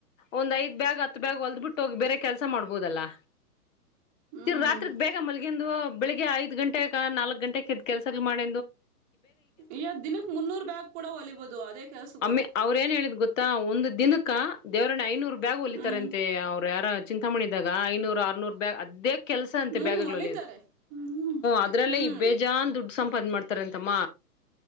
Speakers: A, on the left (about 50°); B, on the right (about 15°).
A: ಒಂದ್ ಐದ್ ಬ್ಯಾಗ್ ಹತ್ರ ಬ್ಯಾಗ ಹೊಲ್ದ್ ಬಿಿಟ್ಟ ಹೋಗಿ ಬೇರೆ ಕೆಲಸ ಮಾಡ್ಬೋದಲ್ಲಾ
B: ಹ್ಮ್
A: ತಿರಾ ರಾತ್ರಿಗ್ ಬೇಗ ಮಲ್ಗ ಒಂದು ಬೆಳಗ್ ಐದ ಗಂಟೆಗೆ ನಾಲ್ಕಕ್ ಗಂಟೆದ ಕೆಲಸಗಳು ಮಾಡ
B: ಈ ದಿನಕ್ಕೆ ಮುನ್ನೂರು ಬ್ಯಾಗ್ ಕೂಡ ಹೊಲಿಬಹದು ಅದೇ ಕೆಲಸ
A: ಅಮ್ಮಿ ಅವ್ರ ಏನ್ ಹೇಳಿದ್ ಗೊತ್ತಾ ಒಂದು ದ ಇಕ್ಕಾ ದೇವರನೆ ಐನೂರು ಬ್ಯಾಗ್ ಹೊಲಿತಾರ
B: ಹ್ಮ್
A: ಅಂತೆ ಅವ್ರು ಯಾರ ಚಿಂತಾ ಮಾಡಿದಾಗ ಐನೂರು ಆರ್ನೂರು ಬ್ಯಾಗ್ ಅದೇ ಅದೇ ಕೆಲ್ಸ ಅಂತೆ
B: ಹ್ಮ್
A: ಬ್ಯಾಗ್ಗಳು
B: ಹೊಲಿತಾರೆ
A: ಹೊಲಿಯೋದು
B: ಹ್ಮ್
A: ಅದ್ರಲ್ಲೇ
B: ಹ್ಮ್
A: ಇ ಬೇಜಾನ್ ದುಡ್ ಸಂಪಾದನೆ ಮಾಡ್ತಾರ ಅಂತಮ್ಮ